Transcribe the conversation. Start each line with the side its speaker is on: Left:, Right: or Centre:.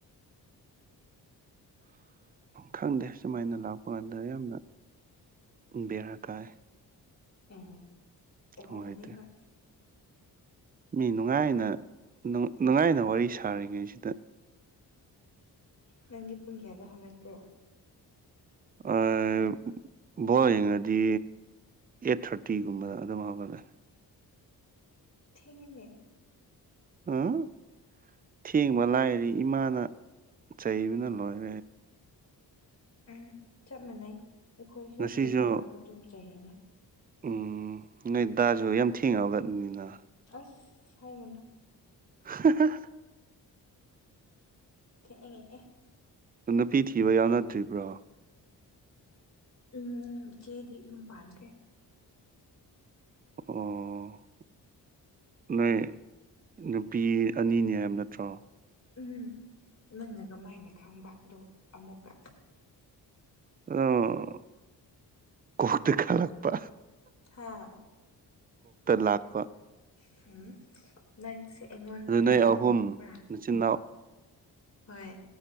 Left: <unintelligible>
Right: ꯈꯪꯗꯦ ꯁꯨꯃꯥꯏꯅ ꯂꯥꯛꯄ ꯀꯥꯟꯗ ꯌꯥꯝꯅ ꯕꯦꯔꯥ ꯀꯥꯏ
Left: ꯎꯝ ꯇꯧꯕꯥꯅꯦ
Right: ꯅꯨꯡꯉꯥꯏꯇꯦ
Left: ꯍꯣꯏ
Right: ꯃꯤ ꯅꯨꯡꯉꯥꯏꯅ ꯅꯨꯡꯉꯥꯏꯅ ꯋꯥꯔꯤ ꯁꯥꯔꯤꯉꯩꯁꯤꯗ
Left: ꯅꯪꯗꯤ ꯄꯨꯡ ꯀꯌꯥꯗ ꯍꯧꯒꯠꯀꯦ
Right: ꯑꯥ ꯕꯣꯜ ꯌꯦꯡꯉꯗꯤ ꯑꯩꯠ ꯊꯥꯔꯇꯤꯒꯨꯝꯕꯗ ꯑꯗꯨꯝ ꯍꯧꯒꯠꯂꯦ
Left: ꯊꯦꯡꯉꯦꯅꯦ
Right: ꯑꯥ ꯊꯦꯡꯕ ꯂꯥꯏꯔꯤ ꯏꯃꯥꯅ ꯆꯩꯕꯅ ꯂꯣꯏꯔꯦ
Left: ꯎꯝ ꯆꯞ ꯃꯥꯟꯅꯩ ꯑꯩꯈꯣꯏꯁꯨ
Right: ꯉꯁꯤꯁꯨ
Left: ꯑꯈꯣꯏ ꯗꯥꯗꯥꯗ ꯑꯗꯨꯝ ꯆꯩꯔꯤꯅꯦ
Right: ꯎꯝ ꯅꯣꯏ ꯗꯥꯁꯨ ꯌꯥꯝ ꯊꯦꯡꯉ ꯍꯧꯒꯠꯅꯤꯅ
Left: ꯑꯁ ꯍꯥꯏꯒꯅꯨ
Right: <unintelligible>
Left: ꯊꯛꯏꯪꯉꯦꯑꯦ
Right: ꯅꯨꯄꯤ ꯊꯤꯕ ꯌꯥꯎꯅꯗ꯭ꯔꯤꯕ꯭ꯔꯣ
Left: ꯎꯝ ꯏꯆꯦꯗꯤ ꯌꯨꯝ ꯄꯥꯟꯈ꯭ꯔꯦ
Right: ꯑꯣ ꯅꯣꯏ ꯅꯨꯄꯤ ꯑꯅꯤꯅꯤ ꯍꯥꯏꯃ ꯅꯠꯇ꯭ꯔꯣ
Left: ꯎꯝ ꯅꯪꯅ ꯀꯃꯥꯏꯅ ꯈꯪꯕ ꯑꯗꯣ ꯑꯃꯨꯛꯀ
Right: ꯑꯗꯣ ꯀꯣꯛꯇ ꯈꯜꯂꯛꯄ
Left: ꯍꯥꯥ
Right: ꯂꯥꯛꯄ
Left: ꯍꯨꯝ ꯅꯪꯁꯦ ꯑꯩꯉꯣꯟꯗ
Right: ꯑꯗꯨ ꯅꯣꯏ
Left: ꯈꯪꯕ꯭ꯔꯥ
Right: ꯑꯍꯨꯝ ꯅꯆꯤꯟ
Left: ꯍꯣꯏ